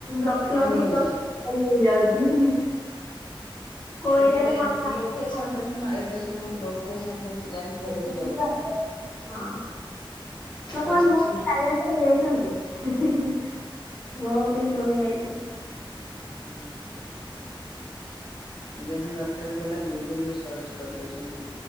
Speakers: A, on the left (about 15°); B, on the left (about 55°).
A: ଲକ୍ଷ୍ୟ
B: ଜାଣି
A: ଆଗୁରୁ
B: ହଉଛି
A: ସବୁ କିଛି ଜାଣି ହେଇଯାଉଛି। କୋଉ
B: କେତେ
A: ଏରିଆରେ କଣ ଖାଆନ୍ତି,
B: ଲୋକେସନ୍
A: କୋଉ
B: ଦେ ଖୁନା ଏବେ ସବୁ ଲୋକେସନ ରେ ସେ ଯାଇକି ପହଞ୍ଚି
A: ପରିବା।
B: ଯାଉଛନ୍ତି।
A: ହଁ ଲୋକମାନେ
B: ଆଉ କିଛି
A: ବହୁତ ଟ୍ୟାଲେଣ୍ଟେଡ ହେଇଯାଇଛନ୍ତି <unintelligible>
B: ହଁ
A: ବହୁତ ଇପ୍ରୁଭ୍ ହେଇଯାଇଛି।
B: ହଁ। ଯାହା ଦରକାର ପଇଲା ଗୁଗୁଲ ରୁ ସର୍ଚ୍ଚ କରିଦଉଛନ୍ତି